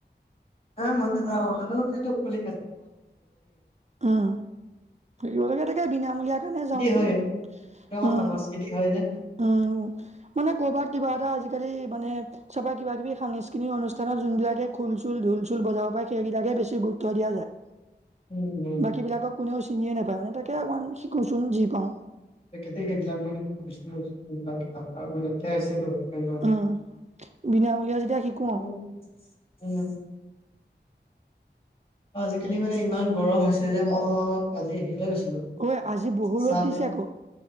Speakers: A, on the left; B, on the right.
A: <unintelligible> সংস্কৃতি
B: উম ফুৰিবলৈকে তাকে বিনামূলীয়া কাৰণে যাওঁচোন
A: হয় সেইটো আমাৰ
B: উম
A: সংস্কৃতি হয় যে
B: উম, মানে কৰ'বাত কিবা এটা আজিকালি মানে চবা কিবা কিবি সাংস্কৃতিক অনুষ্ঠানত যোনবিলাকে খু খুল চুল ঢুল চুল বজাব পায় সেইকেইাকে বেছি গুৰুত্ব দিয়া যায়
A: উম, উম।
B: বাকী বিলাকক কোনেও চিনিয়ে নোপায় মানে তাকে অকমান শিকোচোন যি পাওঁ
A: <unintelligible>
B: উম, বিনামূলীয়া যেতিয়া শিকো
A: উম অ' আজিকালি মানে ইমান গৰম হৈছে যে মই কালি হেৰিলৈ গৈছো।
B: ঐ আজি বহু
A: চালে
B: ৰ'দ দিছে আকৌ